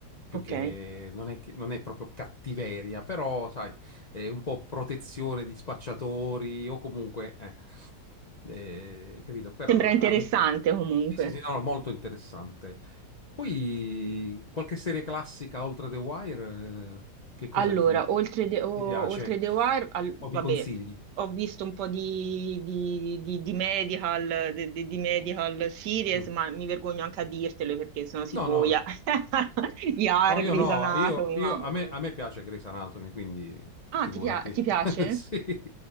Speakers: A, on the left; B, on the right.
A: più
B: ok.
A: che non è, che- non è proprio cattiveria, però sai, eh, un po' protezione di spacciatori o comunque, eh, eh, capito, per
B: Sembra interessante
A: arricchire.
B: comunque.
A: Sì, sì, sì, no, no, molto interessante. Poi qualche serie classica oltre The Wire, eh, che cosa
B: Allora,
A: ti,
B: oltre The, o-
A: ti piace
B: oltre The Wire, al-
A: o
B: vabbè,
A: mi consigli?
B: ho visto un po' di, di- di- di medical, di, di- di medical series,
A: Mm.
B: ma mi vergogno anche a dirtelo perché sono tipo,
A: No, no,
B: yeah. <laughs> Yar,
A: no, io
B: Grey's
A: no,
B: Anatomy,
A: io, io-
B: ma... mm.
A: a me, a me piace Grey's Anatomy, quindi
B: Ah,
A: figurati,
B: ti pia- ti piace?
A: <laughs> sì,